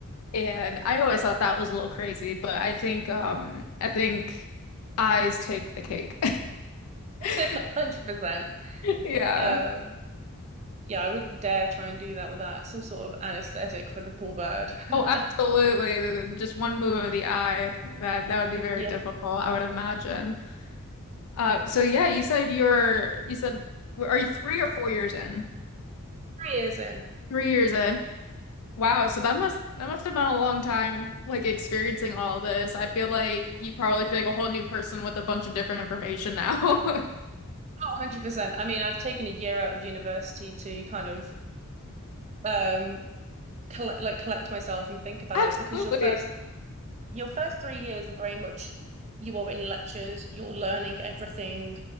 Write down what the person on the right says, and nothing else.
100%.
<laughs>
Um, yeah, I wouldn't dare try and do that without some sort of anesthetic for the poor bird. <laughs>
Yeah,
three years in.
Oh, 100%. I mean, I've taken a year out of university to kind of um collect like collect myself and think about
it because your first your first three years are very much you are in lectures, you're learning everything.